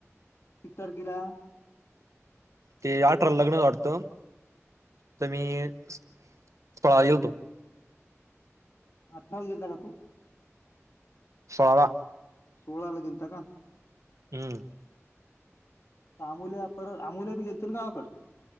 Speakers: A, on the left; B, on the right.
A: किती तारखेला.
B: ते अठराला लग्न वाटतं, त मी सोळाला गेलतो.
A: अठराला गेलता का तु.
B: सोळा
A: सोळा ला गेलता का!
B: हम्म.
A: थांबल्या तरी आपल्या बी गेले तर परत गावाकडे.